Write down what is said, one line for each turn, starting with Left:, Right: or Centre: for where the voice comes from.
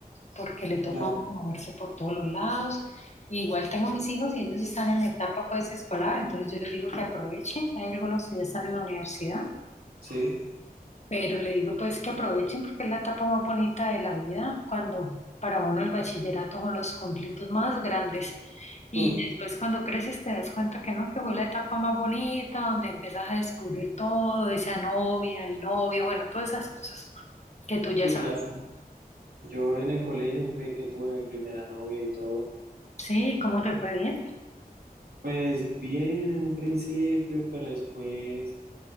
Left: porque le toca
Right: claro.
Left: a uno moverse por todos los lados. Y igual tengo mis hijos y ellos están en etapa pues escolar, entonces yo les digo que aprovechen, hay algunos que ya están en la universidad
Right: Sí,
Left: Pero le digo pues que aprovechen porque es la etapa más bonita de la vida, cuando para uno el bachillerato son los conflictos más grandes. Y
Right: <laughs>
Left: después cuando creces te das cuenta que no, que fue la etapa más bonita, donde empiezas a descubrir todo, esa novia, el novio, bueno, todas esas cosas que tú ya
Right: sí,
Left: sabes.
Right: claro. Yo en el colegio fue que tuve mi primera novia y todo.
Left: Sí, ¿cómo te fue bien?
Right: Pues bien en un principio, pero después,